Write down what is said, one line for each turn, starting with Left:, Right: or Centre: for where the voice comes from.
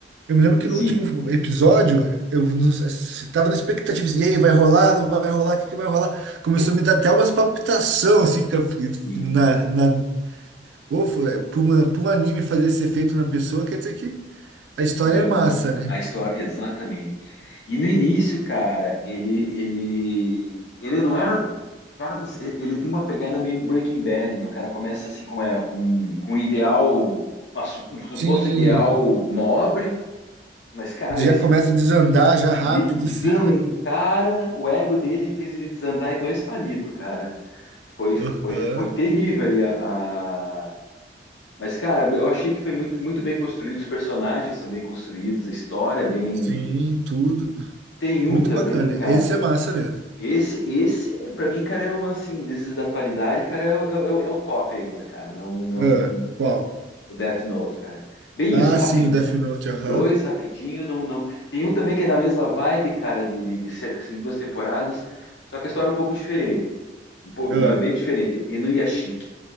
Right: Eu me lembro que
Left: Sim,
Right: no último episódio, eu estava sei- tava na expectativa, assim, e aí, vai rolar, não vai rolar, o que que vai rolar? Começou a me dar até umas palpitação, assim, fica-
Left: Sim,
Right: na, na, pô, foi- pra uma- pra um anime fazer esse efeito na pessoa, quer dizer que a história
Left: ele é
Right: é
Left: bom.
Right: massa, né?
Left: A história, exatamente. E no início, cara, ele, ele, ele não era. Cara, você, ele tem uma pegada meio Breaking Bad, né? O cara começa assim com, é, com, com um ideal, uma su- um suposto
Right: Sim,
Left: ideal nobre, mas, cara,
Right: já
Left: ele se
Right: começa
Left: des-
Right: a desandar, já rápido,
Left: ele desan-
Right: sim, né?
Left: cara, o ego dele fez ele desandar em dois palitos, cara. Foi,
Right: Aham,
Left: foi, foi terrível ali a, Mas, cara, eu achei que foi muito, muito bem construído, os personagens são bem construídos, a história é bem.
Right: sim, tudo.
Left: Tem um
Right: Muito
Left: também,
Right: bacana,
Left: cara.
Right: esse é massa mesmo.
Left: Esse, esse, para mim, cara, é um assim, desses da atualidade, cara, é, o- é, o- é o top ainda, cara. Não, não,
Right: Ah, qual?
Left: o Death Note, cara. Bem
Right: Ah,
Left: isso, rápido,
Right: sim, o Death Note, aham,
Left: dois rapidinho, não, não. Tem um também que é na mesma vibe, cara, de, de, de ser assim duas temporadas, só que a história é um pouco diferente. Pô, não,
Right: ah,
Left: é bem diferente. Inuyashiki,